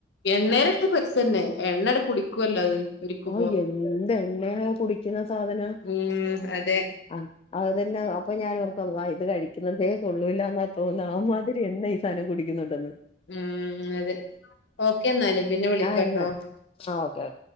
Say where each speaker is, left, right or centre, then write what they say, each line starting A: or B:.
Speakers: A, on the left; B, on the left.
A: എണ്ണയിലിട്ട് പൊരിച്ചന്നെ എണ്ണങ്ങട്ട് കുടിക്കുല്ലോ അത് പൊരിക്കുമ്പോ
B: ഓ എന്തെണ്ണയാ കുടിക്കുന്നേ ആ സാധനം
A: ഉം അതെ
B: ആ അത് തന്നെ അപ്പ ഞാന് അപ്പ വ ഇത് കഴിക്കുന്നതേ കൊള്ളൂല്ല എന്നാ തോന്ന്ന്നേ ആമാതിരി എണ്ണ ഈ സാനം കുടിക്കുന്നുണ്ടെന്ന്
A: മ് അതെ ഓക്കെ ന്നാല് പിന്നെ വിളിക്കട്ടോ
B: ആഹ് എന്നാ ആഹ് ഓക്കെ ഓക്കെ